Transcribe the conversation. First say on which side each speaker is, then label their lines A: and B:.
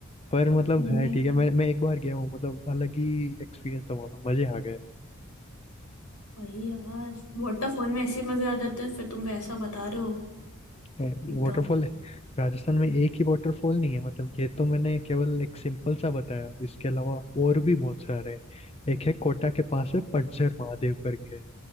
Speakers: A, on the left; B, on the left.
A: पर मतलब है
B: नहीं
A: ठीक है मैं मैं एक बार गया हूँ मतलब अलग ही एक्सपीरियंस था वहाँ पे मजे आ गए
B: वही यार वाटरफॉल में ऐसे मजे आ जाते हैं फिर तुम वैसा बता रहे हो
A: वाटरफॉल
B: एकदम
A: है राजस्थान में एक ही वाटरफॉल नहीं है मतलब ये तो मैंने केवल एक सिंपल सा बताया इसके अलावा और भी बहुत सारे हैं एक है कोटा के पास है पतझर महादेव करके